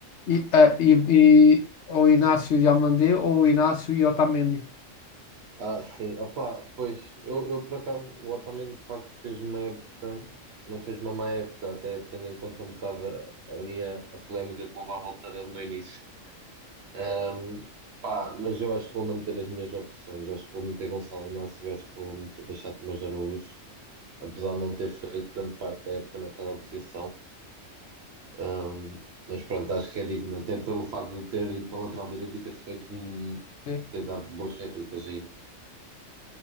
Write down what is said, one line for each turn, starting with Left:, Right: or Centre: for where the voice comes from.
Left: E, ah, e, e- ou Inácio e Diomandé ou Inácio e Otamendi.
Right: Ah, sim. Opa, pois, eu, eu por acaso, o Otamendi de facto fez uma época, não fez uma má época, até tendo em conta um bocado a- ali a, a polémica que houve à volta dele no início. Ahm, pá, mas eu acho que vou manter as minhas opções. Acho que vou meter Gonçalo Inácio, acho que vou meter, deixar Tomás Araújo, apesar de não ter feito grande parte da época naquela posição. Um, mas pronto, acho que é digno, até pelo facto de ter ido para a lateral direita e ter feito um,
Left: Sim.
Right: ter dado boas réplicas aí.